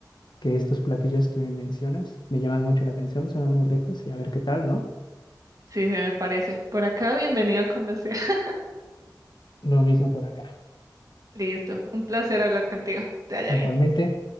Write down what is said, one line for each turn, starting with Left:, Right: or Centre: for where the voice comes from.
Left: que estos platillos que me mencionas me llaman mucho la atención, suenan muy ricos y a ver qué tal, ¿no?
Right: <laughs> sí, se me parece. Por acá, bienvenido cuando sea. <laughs>
Left: Lo mismo por acá.
Right: Listo, un placer hablar contigo. Que Te vaya
Left: Igualmente.
Right: bien.